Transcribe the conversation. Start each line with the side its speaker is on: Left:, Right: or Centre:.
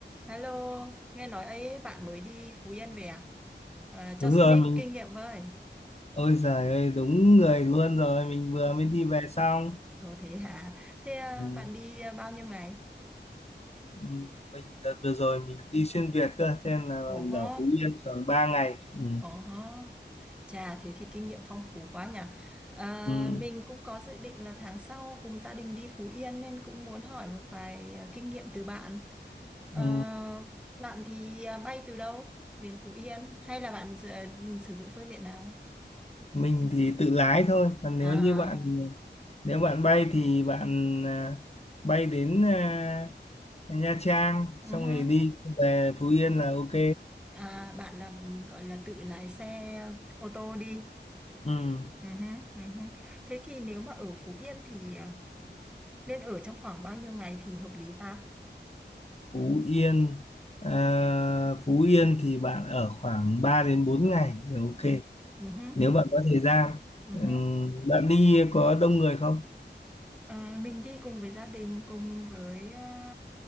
Centre: Hello, nghe nói ấy bạn mới đi Phú Yên về à? À, cho
Left: đúng
Centre: xin
Left: rồi
Centre: ít
Left: mình
Centre: kinh nghiệm với.
Left: ôi giời ơi đúng người luôn rồi mình vừa
Centre: Ừ.
Left: mới đi về xong
Centre: Ồ thế hả? Thế à,
Left: ừ.
Centre: bạn đi à, bao nhiêu ngày?
Left: ừ, mình đợt vừa rồi mình đi xuyên Việt cơ cho nên là
Centre: Ồ
Left: mình
Centre: hô,
Left: ở Phú Yên khoảng ba ngày ừ.
Centre: ồ hô. Chà, thế thì kinh nghiệm phong phú quá nhỉ. À,
Left: Ừ.
Centre: mình cũng có dự định là tháng sau cùng gia đình đi Phú Yên nên cũng muốn hỏi một vài à, kinh nghiệm từ bạn. Ờ,
Left: Ừ.
Centre: bạn thì à, bay từ đâu đến Phú Yên? Hay là bạn sử, sử dụng phương tiện nào?
Left: mình thì tự lái thôi còn
Centre: À,
Left: nếu như bạn nếu bạn bay thì bạn à, bay đến à, Nha Trang xong
Centre: uh
Left: rồi đi về Phú Yên là ok
Centre: À, bạn là gọi là tự lái xe ô tô đi.
Left: ừ.
Centre: Ừ hứ, ừ hứ. Thế thì nếu mà ở Phú Yên thì à, nên ở trong khoảng bao nhiêu ngày thì hợp lý ta?
Left: Phú Yên à, Phú Yên thì bạn ở khoảng 3 đến 4 ngày thì ok
Centre: Ừ hứ,
Left: nếu bạn có thời gian
Centre: ừ
Left: ừm,
Centre: hứ.
Left: bạn đi có đông người không
Centre: Ờ, mình đi cùng với gia đình, cùng với à,